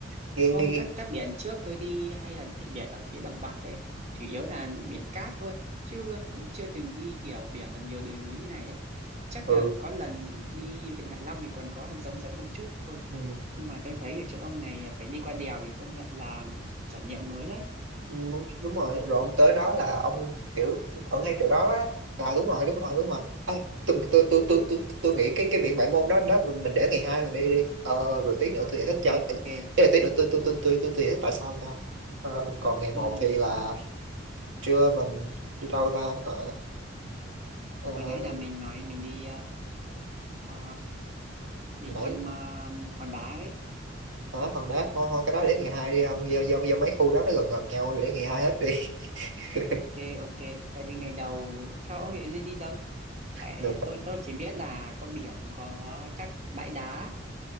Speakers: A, on the right; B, on the right.
A: nghe
B: không
A: nghe
B: các các biển trước tôi đi hay là biển, biển ở phía đồng bằng ấy chủ yếu là biển cát thôi chứ cũng chưa từng đi kiểu biển mà nhiều đồi núi như này đấy chắc
A: ừ.
B: là có lần đi Vịnh Hạ Long thì còn có giống giống một chút thôi
A: ừ
B: nhưng mà tôi thấy ở chỗ ông này phải đi qua đèo thì công nhận là trải nghiệm mới đấy
A: đúng, đúng rồi rồi ông tới đó là ông kiểu ở ngay chỗ đó á à đúng rồi đúng rồi đúng rồi Ê, tôi, tôi tôi tôi tôi tôi nghĩ cái cái biển Bãi Môn đó đó mình, mình để ngày hai mình đi đi ờ, rồi tí nữa
B: à
A: tôi giải thích
B: ok
A: cho cái
B: ok
A: là tí nữa tôi tôi tôi tôi tôi, tôi giải thích tại sao cho ờ, còn ngày một
B: ừ,
A: thì là trưa mình đi đâu ta ờ, ờ,
B: hồi nãy là mình nói mình đi ờ, ờ, đi
A: nãy
B: thăm ờ, hòn đá ấy
A: hả Hòn Đá thôi thôi cái đó để ngày hai đi ông do, do, do mấy khu đó nó gần gần nhau để ngày hai hết đi <laughs>
B: ok ok vậy thì ngày đầu theo ông định nên đi đâu tại
A: được
B: tôi tôi chỉ biết là có biển có các bãi đá